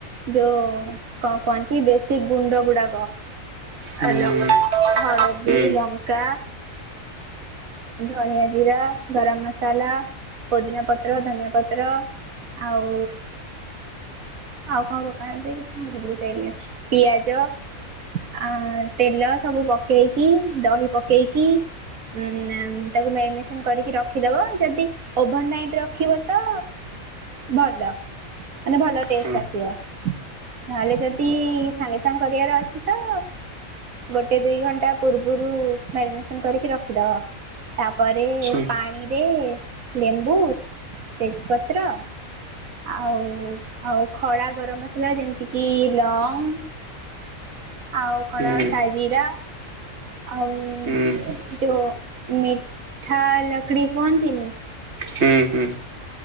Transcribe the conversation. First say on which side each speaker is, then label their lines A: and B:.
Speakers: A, on the right; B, on the right.
A: ଯୋଉ କ କୁହନ୍ତି ବେଶୀ ଗୁଣ୍ଡ ଗୁଡାକ
B: ହୁଁ
A: ଆଲ। ହଳଦୀ
B: ହୁଁ ହୁଁ
A: ଲଙ୍କା। ଧନିଆ ଜିରା ଗରମ ମଶାଲା। ପୋଦିନା ପତ୍ର ଧନିଆ ପତ୍ର ଆଉ ଆଉ କଣ ପକାନ୍ତି କଣ ଭୁଲି ସାରିଲି ପିଆଜ। ଆ ତେଲ ସବୁ ପକେଇକି ଦହି ପକେଇକି। ଉଁ ତାକୁ ମ୍ୟାରିନେସନ କରିକି ରଖିଦବ ଯଦି ଓଭର ନାଇଟ ରଖିବ ତ ଭଲ ମାନେ ଭଲ ଟେଷ୍ଟ
B: ହଁ।
A: ଆସିବ। ନହେଲେ ଯଦି ସାଙ୍ଗେ ସାଙ୍ଗେ କରିବାର ଅଛି ତ ଗୋଟେ ଦୁଇ ଘଣ୍ଟା ପୂର୍ବରୁ ମ୍ୟାରିନେସନ କରିକି ରଖିଦବ। ତାପରେ
B: ହୁଁ
A: ପାଣିରେ ଲେମ୍ବୁ ତେଜପତ୍ର ଆଉ ଆଉ ଖଡ଼ା ଗରମ ମସଲା ଯେମିତି କିି ଲଙ୍ଗ ଆଉ କଣ
B: ହୁଁ
A: ସାଜିରା ଆଉ
B: ହୁଁ
A: ଯୋଉ ମିଠା ଲକଡି କୁହନ୍ତି ନି।
B: ହୁଁ ହୁଁ।